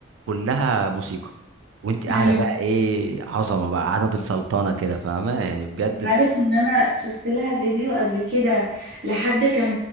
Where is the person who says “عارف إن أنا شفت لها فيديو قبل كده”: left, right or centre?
Right